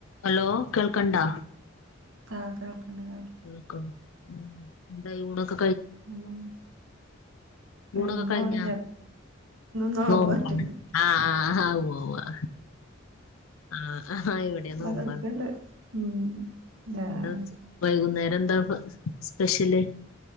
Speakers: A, on the left (about 80°); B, on the right (about 75°).
A: Hello കേൾക്കണ്ടാ
B: ക്കാ കേൾക്ക്ണ്ട് കേൾ
A: <unintelligible> എന്താ ഇവിടെക്ക
B: <unintelligible>
A: ഊണൊക്കെ
B: ഇന്ന്
A: കഴിഞ്ഞാ
B: നോമ്പോറ്റ്ക്ക്ണ്
A: നോമ്പാണ് ആഹ് ആഹ് <unintelligible> ആഹ് ആഹ് ഇവിടെയും
B: അവടെ
A: നോമ്പാണ്
B: കെട്ക്ക്ണ്ട് ഉം ആ
A: എന്താ വെച്ച് വൈകുന്നേര എന്താ സ്പെഷ്യല്